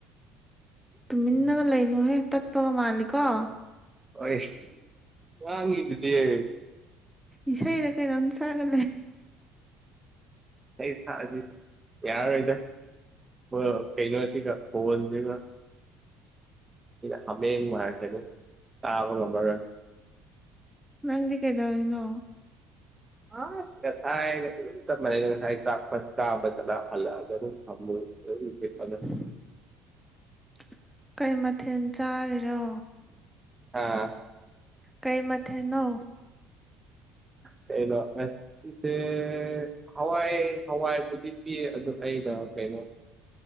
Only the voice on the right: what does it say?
ꯍꯣꯏ ꯉꯥꯡꯉꯤꯗꯨꯗꯤ ꯑꯩ
ꯑꯩ ꯁꯥꯁꯤ ꯌꯥꯔꯣꯏꯗ ꯑꯣ ꯐꯩꯅꯩꯅꯁꯤ ꯀ ꯍꯟꯗꯦꯒ ꯍ ꯃꯥꯥꯏ ꯍꯥꯏꯦꯗ ꯇꯥꯕ ꯉꯕꯔ
ꯑ ꯉꯁꯥꯏ ꯑꯗꯨ ꯆ ꯃꯅꯦ ꯉꯁꯥꯏ ꯆ ꯆ ꯆ ꯍꯜꯒ ꯑꯗꯨ ꯁꯃꯨ ꯦ ꯐꯗ
ꯑꯥ
ꯀꯩꯅ‌ꯣ <unintelligible> ꯍꯋꯥꯏ ꯍꯋꯥꯏꯕꯨꯗꯤ ꯄꯤ ꯑꯗꯨ ꯑꯩꯗ ꯀꯩꯅꯣ